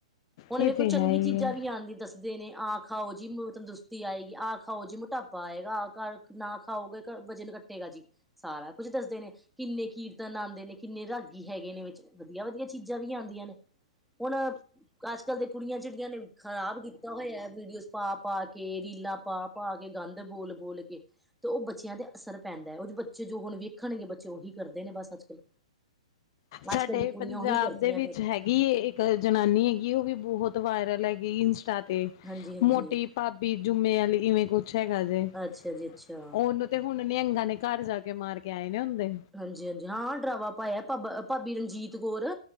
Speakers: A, in the centre; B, on the left.
A: ਹੁਣ
B: ਇਹ
A: ਵੇਖੋ
B: ਤੇ
A: ਚੰਗੀ
B: ਹੈ ਹੀ
A: ਚੀਜ਼ਾਂ
B: ਹੈ
A: ਵੀ ਆਉਂਦੀਆਂ ਦੱਸਦੇ ਨੇ ਆਖ ਖਾਓ ਜੀ ਤੰਦਰੁਸਤੀ ਆਏਗੀ ਆਹ ਖਾਓ ਜੀ ਮੋਟਾਪਾ ਆਏਗਾ ਆਹ ਘਰ ਨਾ ਖਾਓਗੇ ਵਜਨ ਕੱਟੇਗਾ ਜੀ ਸਾਰਾ ਕੁੱਝ ਦੱਸਦੇ ਨੇ ਕਿੰਨੇ ਕੀਰਤਨ ਆ ਨੇ ਕਿੰਨੇ ਰਾਗੀ ਹੈਗੇ ਨੇ ਵਿੱਚ ਵਧੀਆ ਵਧੀਆ ਚੀਜ਼ਾਂ ਵੀ ਆਉਂਦੀਆਂ ਨੇ ਹੁਣ ਅੱਜ ਕੱਲ੍ਹ ਦੇ ਕੁੜੀਆਂ ਜੇਹੜੀਆਂ ਨੇ, ਖ਼ਰਾਬ ਕੀਤਾ ਹੋਇਆ ਵੀਡੀਓਜ਼ ਪਾ-ਪਾ ਕੇ, ਰੀਲਾਂ ਪਾ-ਪਾ ਕੇ, ਗੰਦ ਬੋਲ ਬੋਲ ਕੇ। ਤੇ ਉਹ ਬੱਚਿਆਂ ਤੇ ਅਸਰ ਪੈਂਦਾ ਏ, ਉਹ ਜੋ ਬੱਚੇ ਜੋ ਹੁਣ ਵੇਖਣਗੇ, ਬੱਚੇ ਉਹੀ ਕਰਦੇ ਨੇ ਬਸ ਅੱਜ ਕੱਲ੍ਹ।
B: ਸਾਡੇ
A: ਅੱਜ ਕੱਲ੍ਹ ਦੀ ਕੁੜੀਆਂ
B: ਪੰਜਾਬ
A: ਉਹੀ ਕਰਦੀਆਂ
B: ਦੇ ਵਿੱਚ
A: ਫਿਰ
B: ਹੈਗੀ ਏ, ਇੱਕ ਜਨਾਨੀ ਹੈਗੀ, ਉਹ ਵੀ ਬੋਹਤ ਵਾਇਰਲ ਹੈਗੀ ਇੰਸਟਾ ਤੇ
A: ਹਾਂਜੀ ਹਾਂਜੀ
B: ਮੋਟੀ ਭਾਬੀ ਜੁੰਮੇ ਆਲੀ, ਇਵੇਂ ਕੁਛ ਹੈਗਾ ਜੇ।
A: ਅੱਛਾ ਜੀ ਅੱਛਾ
B: ਉਹਨੂੰ ਤੇ ਹੁਣ ਨਿਅੰਗਾਂ ਨੇ ਘਰ ਜਾ ਕੇ ਮਾਰ ਕੇ ਆਏ ਨੇ ਹੁੰਦੇ
A: ਹਾਂਜੀ-ਹਾਂਜੀ ਹਾਂ ਡਰਾਵਾ ਪਾਇਆ, ਭਾਬਾ ਭਾਬੀ ਰਣਜੀਤ ਕੌਰ।